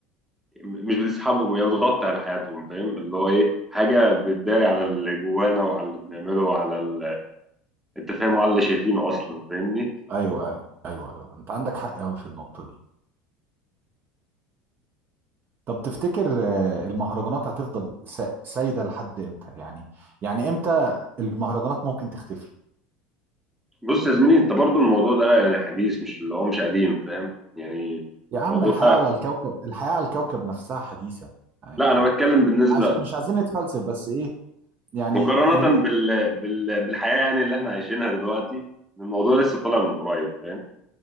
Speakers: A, in the centre; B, on the right.
A: مش بتسحبهم هي بتغطي على حياتهم فاهم اللي هو ايه حاجه بتداري على اللي جوانا وعلى اللي بنعمله وعلى ال... انت فاهم وعلى اللي شايفينه اصلا فاهمني
B: ايوه ايوه ايوه ايوه انت عندك حق قوي في النقطه دي طب تفتكر آه، المهرجانات هتفضل سا- سايده لحد امتى يعني يعني امتى المهرجانات ممكن تختفي
A: بص يا زميلي انت برضو الموضوع ده يعني حديث مش اللي هو مش قديم فاهم يعني
B: يا عم
A: الموضوع
B: الحياه
A: ده
B: على الكوكب الحياه على الكوكب نفسها حديثه
A: لا
B: يعني
A: انا بتكلم بالنسبه
B: عش مش عايزين نتفلسف بس ايه يعني
A: مقارنة
B: ال-
A: بال... بال... بالحياة يعني اللي احنا عايشينها دلوقتي الموضوع لسه طالع من قريب فاهم